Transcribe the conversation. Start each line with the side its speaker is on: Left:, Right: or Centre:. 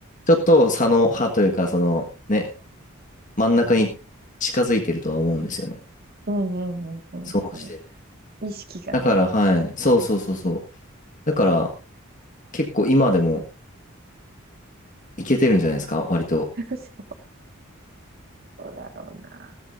Left: ちょっと左脳派というか、そのね、真ん中に近づいてるとは思うんですよね。
Right: うん、うん、うん、
Left: その時点で。
Right: うんうん。意識がね。
Left: だから、はい。そうそうそうそう。だから、結構今でもいけてるんじゃないですか、割と。
Right: <laughs> そうだろうな。